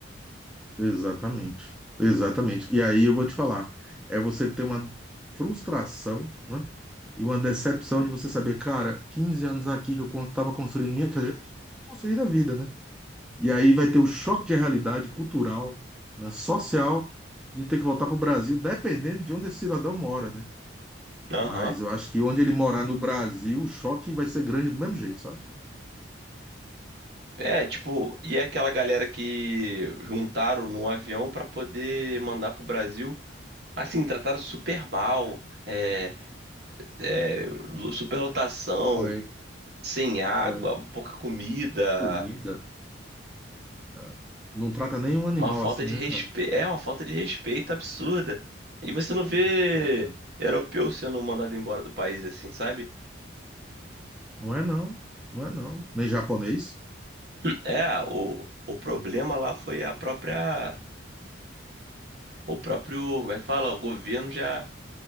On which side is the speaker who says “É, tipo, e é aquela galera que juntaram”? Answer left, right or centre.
Right